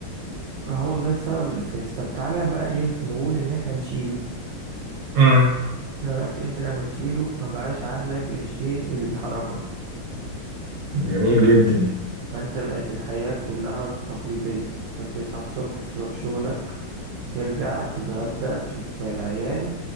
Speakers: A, on the right; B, on the right.
A: هو ده السبب الأساسي طب تعالى بقى إيه نقول إن إحنا نشيله
B: امم
A: دلوقتي أنت لما تشيله مبقاش عندك الشيء اللي بيحركك
B: جميل
A: طب
B: جدا
A: فأنت بقت الحياة كلها تقليدية أنت بتصحى الصبح تروح شغلك ترجع تتغدى تشوف العيال